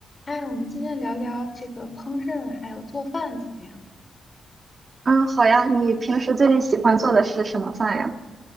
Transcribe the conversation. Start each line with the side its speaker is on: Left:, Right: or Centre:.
Left: 嗨，我们今天聊聊这个烹饪还有做饭怎么样？
Right: 嗯，好呀，你平时最近喜欢做的是什么饭呀？